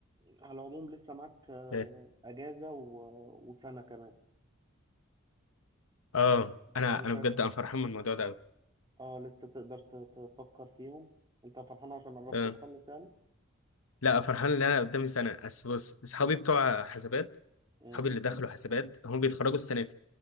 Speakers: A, on the right (about 20°); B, on the left (about 80°).
A: على العموم لسه معاك آه،
B: اه
A: اجازه و... وسنه كمان
B: آه، انا
A: لان
B: انا
A: شايف
B: بجد انا فرحان من الموضوع ده أوي.
A: اه لسه تقدر ت- تفكر فيهم انت فرحان عشان قربت
B: آه.
A: تخلص يعني
B: لا فرحان ان انا قدامي سنه بس بص اصحابي بتوع حسابات
A: امم
B: اصحابي اللي دخلوا حسابات هم بيتخرجوا السنه دي